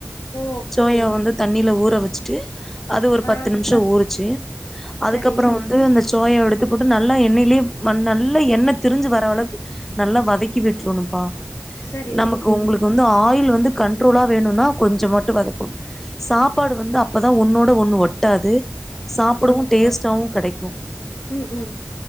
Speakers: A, on the left; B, in the centre.
A: ஓ!
B: சோயா வந்து தண்ணியில ஊற வச்சுட்டு ஆஹ் அது ஒரு பத்து
A: ஆ.
B: நிமிஷ ஊரி அதுகபுற
A: சரி,
B: வந்து அந்த சோயாவ எடுத்து போட்டு நல்ல எண்ணெயிலே வ நல்ல எண்ண திரிஞ்சு வர அளக்கு நல்லா வதக்கி விட்ரனும் பா
A: சரி.
B: நமக்கு உங்களுக்கு வந்து ஆயில் வந்து கண்ரோலா வேணும்னா கொஞ்ச மட்டும் வதக்கனும் சாப்பாடு வந்து அப்பதா ஒன்னோட ஒண்ணு ஒட்டாது சாப்பிடவும் டேஸ்ட்டாவவும் கெடைக்கும் போ
A: உம் உம்